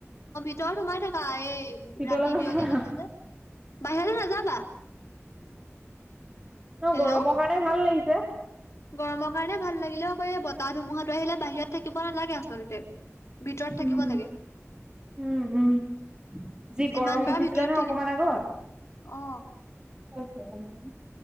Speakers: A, on the left (about 65°); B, on the right (about 15°).
A: তই সোমাই থাককা এই
B: ভিতৰলে
A: ৰাতি
B: যাওঁ
A: বিয়লি
B: ব'লা।
A: কথা যে বাহিৰতে নাযাবা <inaudible>
B: ন
A: হেল্ল'
B: গৰমৰ কাৰণে ভাল লাগিছে
A: গৰমৰ কাৰণে ভাল লাগিলেও আকৌ এই বতাহ ধুমুহাটো আহিলে বাহিৰত থাকিব নালাগে আচলতে ভিতৰত
B: উম,
A: থাকিব লাগে
B: উম উম যি
A: যিমান
B: গৰম
A: পাৰা
B: উঠিছিলে
A: ভিতৰত
B: নহয়
A: থাকিবা
B: অকমান আগত
A: অ।
B: অ য